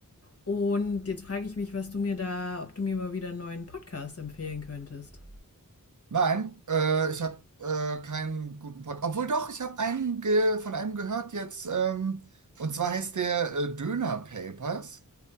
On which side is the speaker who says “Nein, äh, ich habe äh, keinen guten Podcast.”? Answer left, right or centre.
Right